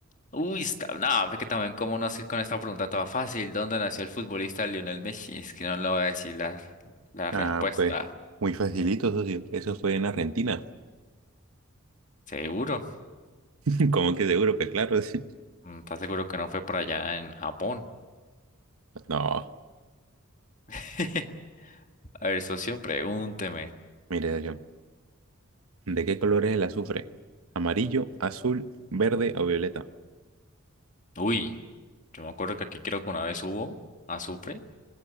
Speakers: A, on the left (about 35°); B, on the right (about 85°).
A: Uy, está, no, es que también cómo no sé con esta pregunta toda fácil. ¿Dónde nació el futbolista Lionel Messi? Es que no le voy a decir la, la
B: Ah,
A: respuesta.
B: pues muy facilito, socio. Eso fue en Argentina.
A: ¿Seguro?
B: <laughs> ¿Cómo que seguro? Pues claro. <laughs> sí.
A: Mm, ¿Estás seguro que no fue por allá en Japón?
B: No,
A: <laughs> A ver, socio, pregúnteme.
B: mire, socio. ¿De qué color es el azufre? ¿Amarillo, azul, verde o violeta?
A: Uy, yo me acuerdo que aquí creo que una vez hubo azufre,